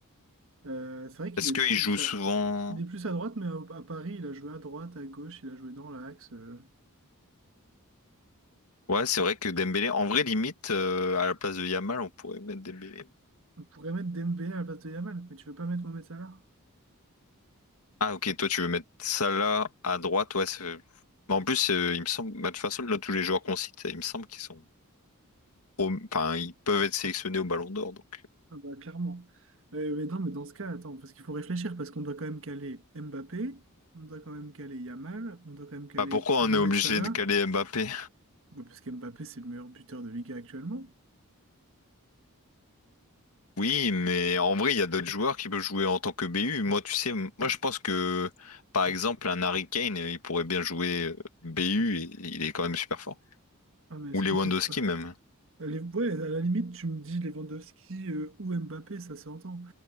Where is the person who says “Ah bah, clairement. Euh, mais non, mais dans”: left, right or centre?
Right